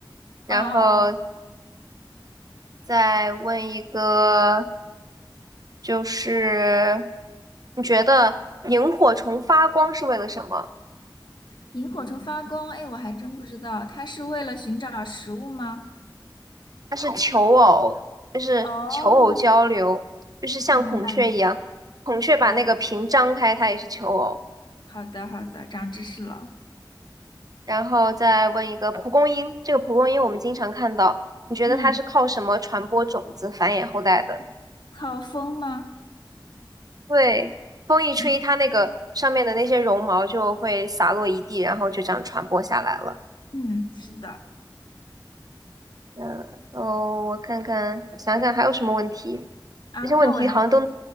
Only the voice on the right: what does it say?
然后
再问一个，就是你觉得萤火虫发光是为了什么？
它是求偶，就是求偶交流，
就是像孔雀一样，
孔雀把那个屏张开，
它也是求偶。
然后再问一个蒲公英，这个蒲公英我们经常看到，你觉得它是靠什么传播种子、
繁衍后代的？
对，风一吹，
它那个上面的那些绒毛就会洒落一地，然后就这样传播下来了。
嗯，哦，我看看，想想还有什么问题？
这些问题好像都，